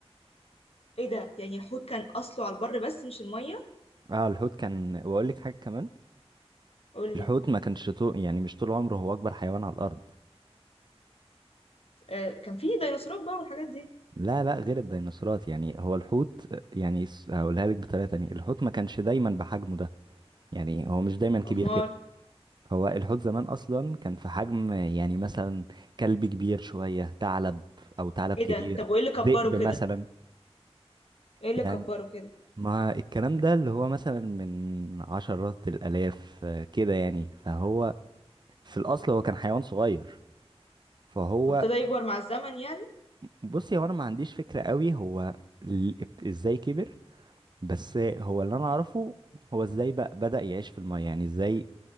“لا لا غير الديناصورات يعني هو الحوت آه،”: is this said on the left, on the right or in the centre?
Right